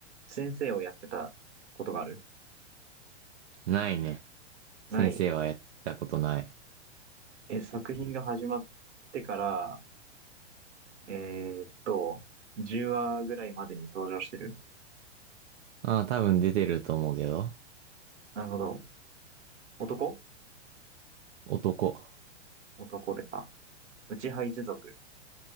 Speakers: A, on the right; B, on the right.
A: 先生をやってたことがある
B: ないね。先生はやったことない。
A: ない。え、作品が始まってから、えーっと、10話ぐらいまでに登場してる。
B: ああ、多分出てると思うけど。
A: なるほど。男
B: 男。
A: 男でか。内派一族